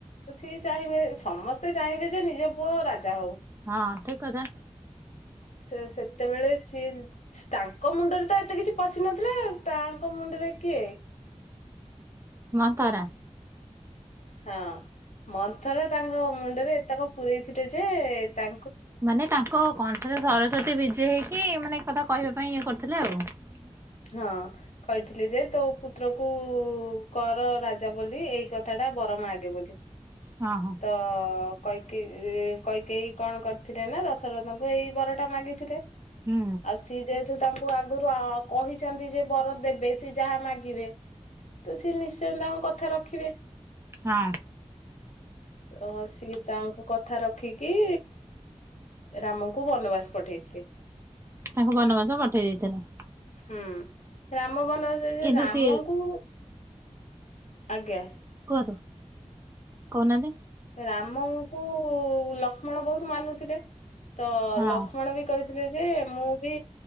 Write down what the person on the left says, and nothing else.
ତ ସିଏ ଚାହିଁବେ, ସମସ୍ତେ ଚାହିଁବେ ଯେ ନିଜ ପୁଅ ରାଜା ହଉ।
ସେ ସେତେବେଳେ ସିଏ ତାଙ୍କ ମୁଣ୍ଡରେ ତ ଏତେ କିଛି ପଶି ନଥିଲା ତାଙ୍କ ମୁଣ୍ଡରେ କିଏ
ହଁ ମନ୍ଥରା ତାଙ୍କ ମୁଣ୍ଡରେ ଏତକ ପୂରଇଥିଲେ ଯେ, ତା
ହଁ କହିଥିଲେ ଯେ ତୋ ପୁତ୍ର କୁ କର ରା ଜା ବୋଲି ଏଇ କଥା ଟା ବର ମାଗେ ବୋଲି।
ତ କୈକେୟୀ ଇ, କୈକେୟୀ କଣ କରିଥିଲେ ନା ଦଶରଥଙ୍କୁ ଏଇ ବରଟା ମାଗିଥିଲେ।
ଆଉ ସିଏ ଯେହେତୁ ତାଙ୍କୁ ଆଗୁରୁ ଅ, କହିଛନ୍ତି ଯେ ବର ଦେବେ ସିଏ ଯାହା ମାଗିବେ। ତ ସିଏ ନିଶ୍ଚୟ ତାଙ୍କ କଥା ରଖିବେ।
ତ ସିଏ ତାଙ୍କ କଥା ରଖିକି ରାମଙ୍କୁ ବନବାସ ପଠେଇଥିଲେ।
ହୁଁ, ରାମ ବନବାସ ଯାଇଥିଲେ,
ରାମଙ୍କୁ
ଆଜ୍ଞା।
ରାମଙ୍କୁ ଲକ୍ଷ୍ମଣ ବହୁତ ମାନୁଥିଲେ, ତ
ଲକ୍ଷ୍ମଣ ବି କହିଥିଲେ ଯେ ମୁଁ ବି